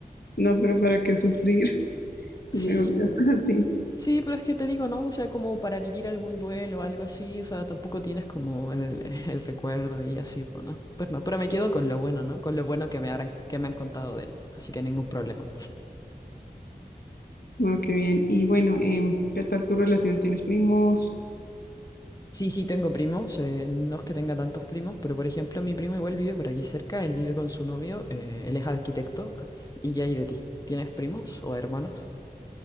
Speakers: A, on the left; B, on the left.
A: No, pero para qué sufrir, <laughs>
B: Sí,
A: es mejor ya <laughs> así.
B: sí, pero es que te digo, ¿no? O sea, como para vivir algún duelo o algo así, o sea, tampoco tienes como el, <laughs> el recuerdo y así, bueno, pues no, pero me quedo con lo bueno, ¿no? Con lo bueno que me habrán, que me han contado de él, así que ningún problema.
A: Bueno, qué bien. Y bueno, em, ¿qué tal tu relación? ¿Tienes primos?
B: Sí, sí, tengo primos. eh, no es que tenga tantos primos, pero por ejemplo, mi primo igual vive por aquí cerca. Él vive con su novio. eh, él es arquitecto. ¿Y qué hay de ti? ¿Tienes primos o hermanos?